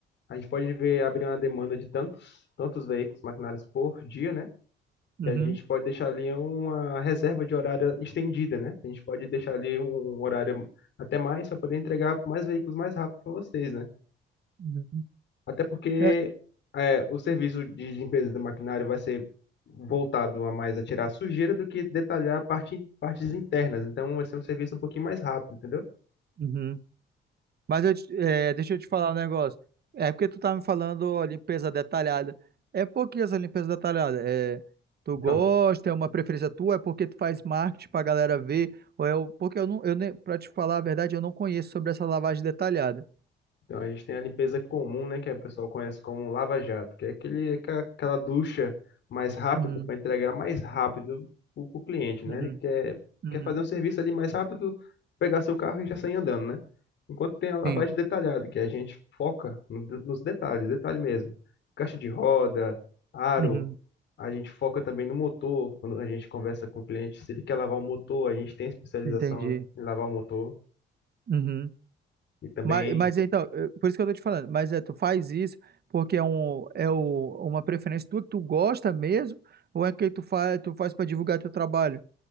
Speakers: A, on the left (about 65°); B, on the right (about 55°).
A: a gente pode ver abrir uma demanda de tantos, tantos veículos maquinários por dia, né?
B: Uhum.
A: E a gente pode deixar ali uma reserva de horário estendida, né? A gente pode deixar ali um horário até mais para poder entregar mais veículos mais rápido para vocês, né?
B: Uhum.
A: Até porque
B: É,
A: é, o serviço de limpeza do maquinário vai ser voltado a mais a tirar a sujeira do que detalhar parte, partes internas. Então vai ser um serviço um pouquinho mais rápido, entendeu?
B: uhum. Mas eu, te- é, deixa eu te falar um negócio. É porque tu tá me falando ó, limpeza detalhada. É por que essa limpeza detalhada? É, tu
A: Então,
B: gosta, é uma preferência tua, é porque tu faz marketing pra galera ver, ou é o- porque eu não, eu nem, pra te falar a verdade, eu não conheço sobre essa lavagem detalhada.
A: Então, a gente tem a limpeza comum, né, que o pessoal conhece como lava-jato, que é aquele, aquela aquela ducha mais rápida
B: Uhum,
A: para entregar mais rápido para o cliente, né?
B: uhum,
A: Ele quer,
B: uhum.
A: quer fazer um serviço ali mais rápido, pegar seu carro e já sair andando, né? Enquanto tem a lavagem
B: Sim,
A: detalhada, que a gente foca no nos detalhes, detalhe mesmo. Caixa de roda, aro,
B: uhum,
A: a gente foca também no motor, quando a gente conversa com o cliente, se ele quer lavar o motor, a gente tem especialização
B: entendi.
A: em lavar o motor
B: Uhum.
A: e também
B: Mas, mas então, eh, por isso que eu tô te falando, mas é, tu faz isso porque é, um, é o, uma preferência tua que tu gosta mesmo, ou é que tu faz, tu faz para divulgar teu trabalho?